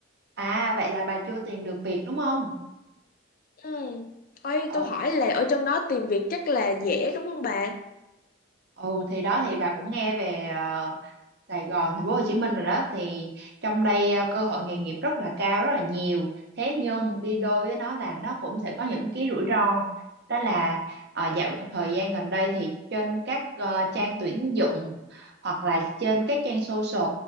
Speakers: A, on the right; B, on the left.
A: à vậy là bà chưa tìm được việc đúng không
B: ừ. Ê,
A: Ờ,
B: tôi hỏi là ở trong đó tìm việc chắc là dễ đúng không bà
A: Ừ thì đó thì bà cũng nghe về ờ, Sài Gòn, thành phố Hồ Chí Minh rồi đó thì trong đây ờ, cơ hội nghề nghiệp rất là cao rất là nhiều. Thế nhưng đi đôi với nó là nó cũng sẽ có những cái rủi ro. Đó là ờ, dạo thời gian gần đây thì trên các ờ, trang tuyển dụng hoặc là trên các trang social